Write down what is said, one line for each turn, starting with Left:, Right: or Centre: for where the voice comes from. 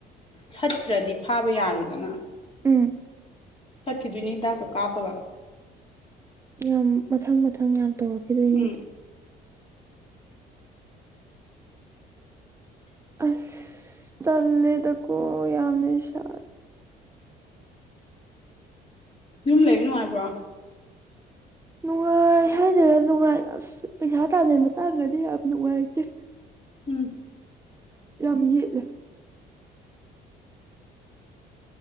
Left: ꯁꯠꯇ꯭ꯔꯗꯤ ꯐꯥꯕ ꯌꯥꯔꯣꯏꯗꯅ꯫
Right: ꯎꯝ
Left: ꯆꯠꯈꯤꯗꯣꯏꯅꯦ ꯍꯤꯗꯥꯛꯀ ꯀꯥꯞꯄꯒ
Right: ꯌꯥꯝ ꯃꯊꯪ ꯃꯊꯪ ꯌꯥꯝ ꯇꯧꯔꯛꯈꯤꯗꯣꯏꯅꯦ
Left: ꯎꯝ
Right: ꯑꯗꯨ ꯑꯁ ꯇꯜꯦꯗ ꯀꯣ ꯌꯥꯝꯃꯦꯁ
Left: ꯌꯨꯝ ꯂꯩꯕ ꯅꯨꯡꯉꯥꯏꯕ꯭ꯔꯣ
Right: ꯅꯨꯡꯉꯥꯏ ꯍꯥꯏꯗꯔ ꯅꯨꯡꯉꯥꯏ ꯑꯁ ꯄꯩꯁꯥ ꯇꯥꯗꯩ ꯃꯇꯥꯡꯗꯗꯤ ꯌꯥꯝ ꯅꯨꯡꯉꯥꯏꯇꯦ
Left: ꯎꯝ
Right: ꯌꯥꯝ ꯌꯦꯠꯂꯦ